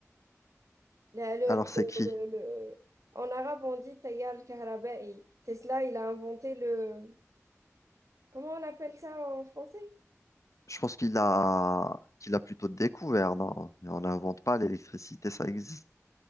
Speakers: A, on the right; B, on the left.
A: La- le-
B: Alors, c'est
A: le-
B: qui?
A: le- le- En arabe, on dit Tayal Kahraba'i. Tesla, il a inventé le... Comment on appelle ça en français?
B: Je pense qu'il a qu'il a plutôt découvert, non? On n'invente pas l'électricité, ça existe.